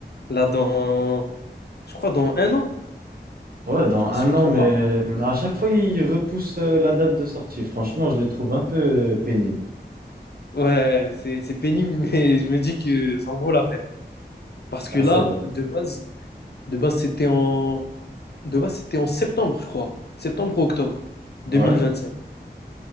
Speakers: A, on the left; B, on the right.
A: là dans, je crois dans un an,
B: Ouais, dans un
A: si je me
B: an,
A: trompe
B: mais
A: pas.
B: à chaque fois, ils repoussent euh, la date de sortie. Franchement, je les trouve un peu euh, pénibles.
A: Ouais, c'est c'est pénible, <laughs> mais je me dis que ça en vaut la peine. Parce que
B: Ah,
A: là,
B: c'est vrai.
A: de base, de base c'était en, de base, c'était en septembre, je crois. Septembre ou octobre 2025.
B: Ouais.